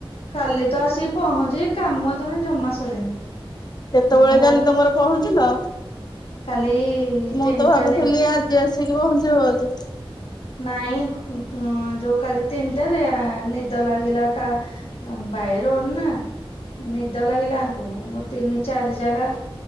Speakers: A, on the left; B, on the left.
A: କାଲି ତ ଆସିକି ପହଁଞ୍ଚିଲି କାମ ଏତ ବେଳ ଯାକେ ଜମା ସରିନି।
B: କେତେବେଳେ
A: ଏଇନୁ
B: କାଲି ତମର ପହଞ୍ଚିଲ।
A: କାଲି।
B: ମୁଁ
A: ତିନିଟାରେ
B: ତ ଭାବୁଥିଲି ଆଜି ଆସିକି ପହଞ୍ଚିବ ବୋଲି।
A: ନାଇଁ ଉଁକ୍ ଉଁ କ୍ ଯୋଉ କାଲି ତିନିଟାରେ ନିଦ ଲାଗିଲା କା ଅଁ ବାଇ ରୋଡ ନା ନିଦ ଲାଗିଲା ଆଙ୍କୁ ମୁ ତିନି ଚାରି ଜାଗା।